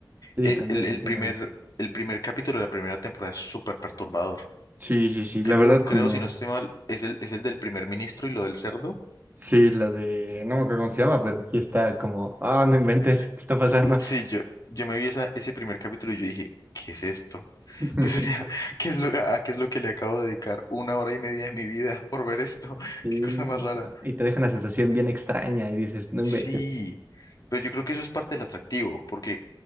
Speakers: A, on the right (about 25°); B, on the left (about 50°).
A: Sí,
B: El,
A: también
B: el- el
A: me tiene.
B: primer, el primer capítulo de la primera temporada es súper perturbador.
A: Sí, sí, sí. La
B: Creo,
A: verdad,
B: creo,
A: cuando.
B: si no estoy mal, es el, es el del primer ministro y lo del cerdo.
A: Sí, la de. No me acuerdo cómo se llama, pero sí está como. Ah, no inventes, ¿qué está pasando?
B: Sí, yo, yo me vi esa, ese primer capítulo y yo dije, ¿qué es esto? <laughs>
A: <laughs>
B: Pues, o sea, ¿qué es lo, a qué es lo que le acabo de dedicar una hora y media de mi vida por ver esto? <laughs>
A: Sí,
B: Qué cosa más rara.
A: no, Y te deja una sensación bien extraña y dices, no
B: Sí,
A: inventes.
B: pero yo creo que eso es parte del atractivo, porque